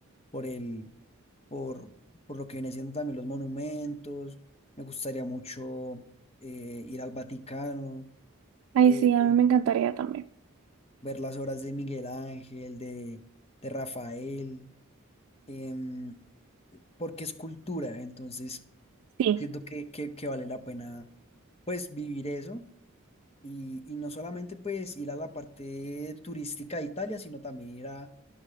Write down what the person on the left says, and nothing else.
por el, por, por lo que viene siendo también los monumentos. Me gustaría mucho eh, ir al Vaticano,
eh,
eh,
ver las obras de Miguel Ángel, de, de Rafael, em, porque es cultura, entonces
siento que, que, que vale la pena pues vivir eso. Y, y no solamente pues ir a la parte turística de Italia, sino también ir a,